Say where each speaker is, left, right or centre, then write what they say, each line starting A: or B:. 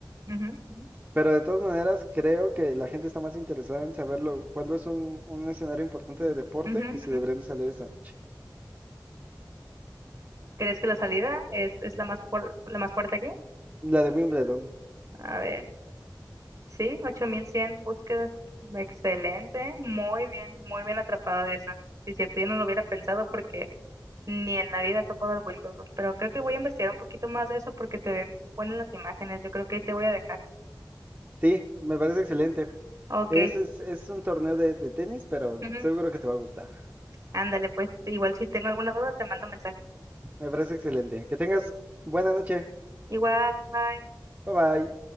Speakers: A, on the right; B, on the right.
A: Ujú, ujú,
B: Pero de todas maneras, creo que la gente está más interesada en saberlo cuando es un, un escenario importante de deporte
A: ujú,
B: que si
A: ujú.
B: deberían de salir esta noche.
A: ¿Crees que la salida es, es la más, fuer- la más fuerte aquí?
B: La de Wimbledon.
A: A ver. Sí, ocho mil cien, búsquedas. Excelente. Muy bien, muy bien atrapada esa. Si cierto, yo no lo hubiera pensado porque ni en la vida he topado el Wimbledon, pero creo que voy a investigar un poquito más de eso porque se ven buenas las imágenes. Yo creo que ahí te voy a dejar.
B: Sí, me parece excelente.
A: Ok.
B: Es, es, es un torneo de, de tenis, pero
A: ujú,
B: seguro que te va a gustar.
A: Ándale, pues igual si tengo alguna duda te mando mensaje.
B: Me parece excelente. Que tengas buena noche.
A: Igual, bye.
B: Bye bye.